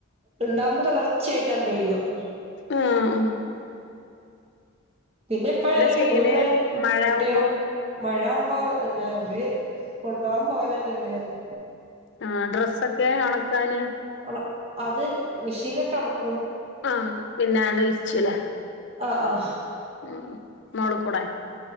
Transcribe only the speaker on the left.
ആഹ് ആഹ്
ചെയ്യല്
മഴയാവുമ്പോ
ആഹ് ഡ്രസ്സൊക്കെ ഒണക്കാന്
ആഹ് പിന്നെ ആടെ വിരിച്ചുല്ലേ
ഉം മോളിക്കൂടെ